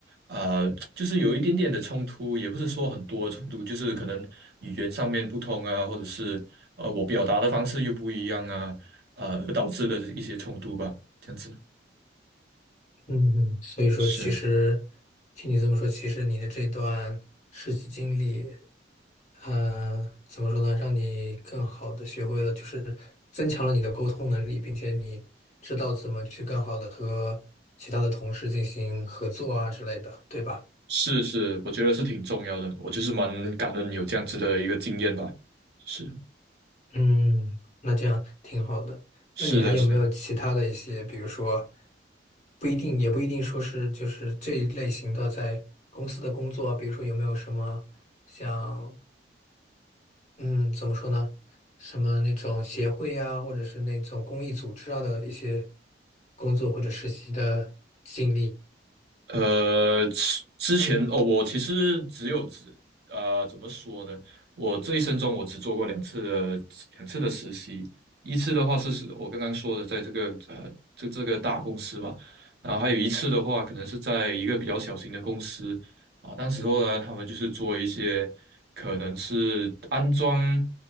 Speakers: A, on the right; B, on the left.
A: 呃，就是有一点点的冲突，也不是说很多冲突，就是可能语言上面不通啊，或者是呃我表达的方式又不一样啊，呃，而导致的一些冲突吧，这样子。
B: 嗯嗯，所以说，
A: 是
B: 其实听你这么说，其实你的这段实习经历，呃，怎么说呢，让你更好的学会了，就是增强了你的沟通能力，并且你知道怎么去更好的和其他的同事进行合作啊之类的，对吧？
A: 是是，我觉得是挺重要的，我就是蛮感恩有这样子的一个经验吧。是
B: 嗯，那这样挺好的。
A: 是的，
B: 那你还有没有其他的一些，
A: 是的。
B: 比如说，不一定，也不一定说是就是这一类型的在公司的工作，比如说有没有什么像，嗯，怎么说呢，什么那种协会啊，或者是那种公益组织啊的一些工作或者实习的经历？
A: 呃，之之前哦，我其实只有只呃，怎么说呢？我这一生中我只做过两次的两次的实习，一次的话是是我刚刚说的，在这个呃这这个大公司吧，然后还有一次的话，可能是在一个比较小型的公司啊，当时候呢，他们就是做一些可能是安装。